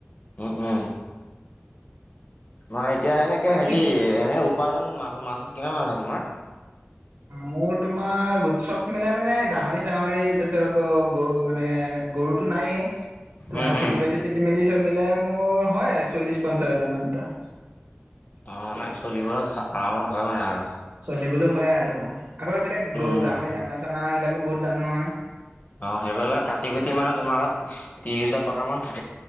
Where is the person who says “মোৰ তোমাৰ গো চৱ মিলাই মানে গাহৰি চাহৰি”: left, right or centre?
Right